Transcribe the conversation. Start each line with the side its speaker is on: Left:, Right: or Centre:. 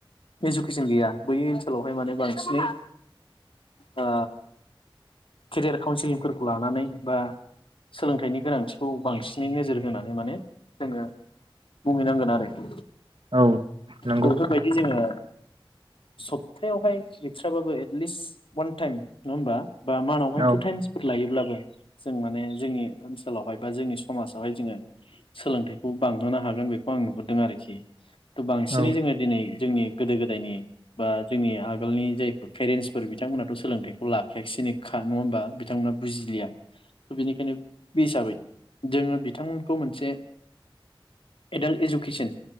Left: इडुकेसन गैया बै ओनसोलावहाय माने बांसिनै ओ केरियार काउन्सिलिंफोरखौ लानानै बा, सोलोंथाइनि गोनांथिखौ बांसिन नै नोजोर होनानै माने जोङो बुहै नांगोन आरखि।
Right: औ नंगौ
Left: बेफोरबायदि जोङो, सबथायावहाय गैथ्राबाबो एटलिस्ट वान टाइम नङा होमबा? बा मानावहाय
Right: औ
Left: टु टायेमसफोर लायोब्ला बे जों माने जोंनि, ओनसोलावहाय बा जोंनि समाजावहाय जोङो सोलोंथाइखौ बां बांहोनो हागोन बेखौ आं नुहुरदों आरोखि। थ' बांसिनै
Right: औ
Left: जोङो दिनै, जोंनि गोदो गोदायनि बा जोंनि आगोलनि जाय पेरेन्टसफोर बिथांमोनाथ' सोंथाइ लाखायाखैसैनोखा नङा होमबा बिथांमोना बुजिलिया थ' बेनिखायनो बे हिसाबै जोङो बिथांमोनखौ मोनसे एडाल्ट एडुकेसन,